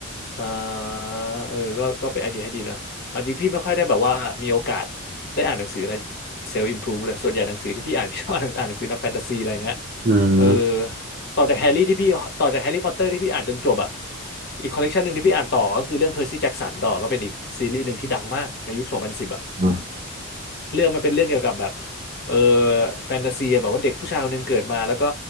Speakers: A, on the left (about 50°); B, on the right (about 40°).
A: อ่าเออก็ก็เป็นไอเดียให้ดีนะเอาจริงพี่ไม่ค่อยได้แบบว่ามีโอกาสได้อ่านหนังสืออะไรเซลล์อิมพรูฟเลยส่วนใหญ่หนังสือที่พี่อ่านพี่ชอบอ่าน <laughs> อ่านหนังสือแนวแฟนตาซีอะไรเงี้ย
B: อืม
A: เออต่อจากแฮร์รี่ที่พี่ต่อจากแฮร์รี่พอตเตอร์ที่พี่อ่านจนจบอ่ะอีกคอลเลกชันหนึ่งที่พี่อ่านต่อก็คือเรื่องเพอร์ซี่แจ็กสันต่อก็เป็นอีกซีรีส์หนึ่งที่ดังมากในยุคสองพันสิบอ่ะ
B: <laughs>
A: เรื่องมันเป็นเรื่องเกี่ยวกับแบบเออแฟนตาซีอะแบบว่าเด็กผู้ชายคนหนึงเกิดมาแล้วก็